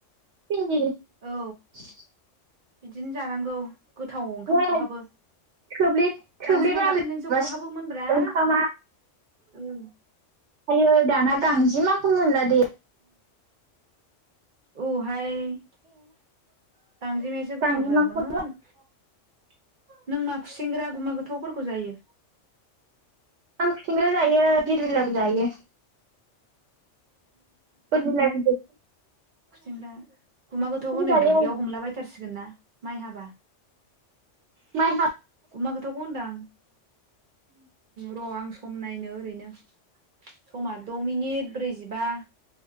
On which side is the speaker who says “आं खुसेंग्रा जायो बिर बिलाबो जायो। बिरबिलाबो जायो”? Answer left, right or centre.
Right